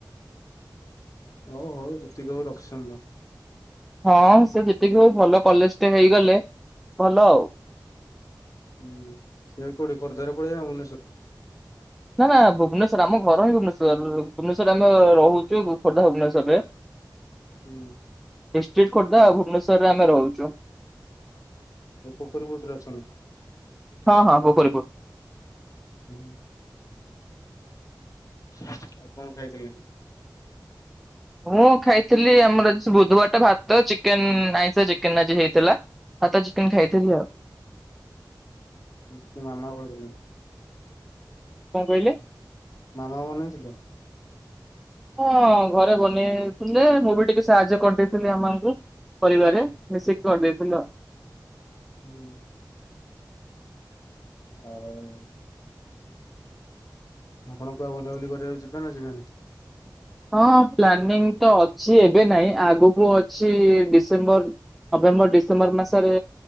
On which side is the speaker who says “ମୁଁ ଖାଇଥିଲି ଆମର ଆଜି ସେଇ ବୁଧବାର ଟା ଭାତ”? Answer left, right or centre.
Centre